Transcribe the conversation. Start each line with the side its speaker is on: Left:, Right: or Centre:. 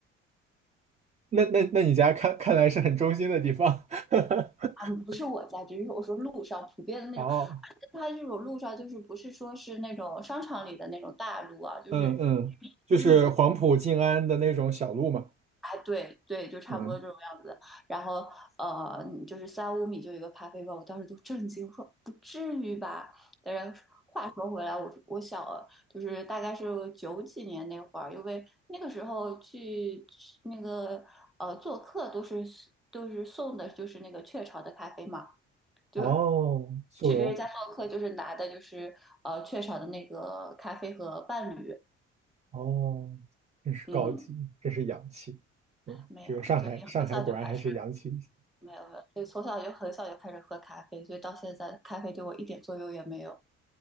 Right: 那那那你家看看来是很中心的地方，<laughs>
Centre: 啊，不是我家，只是我说路上普遍的那种，
Right: 然后
Centre: 而且它这种路上就是不是说是那种商场里的那种大路啊，就是
Right: 嗯嗯，就是黄埔静安的那种小路嘛，
Centre: 区里面，哎，对对，就差不多这种样子。
Right: 嗯，
Centre: 然后呃，就是三五米就有一个咖啡馆，我当时都震惊，我说不至于吧？但是话说回来，我我小就是大概是九几年那会儿，因为那个时候去那个呃做客都是都是送的就是那个雀巢的咖啡嘛。就
Right: 哦，速溶，
Centre: 去别人家做客，就是拿的就是呃雀巢的那个咖啡和伴侣，
Right: 哦，真是高级，
Centre: 嗯，
Right: 真是洋气，嗯，
Centre: 没有，
Right: 这个上海上海果然还是洋气一些。
Centre: 所以很小就开始没有，没有，所以从小就很小就开始喝咖啡，所以到现在咖啡对我一点作用也没有。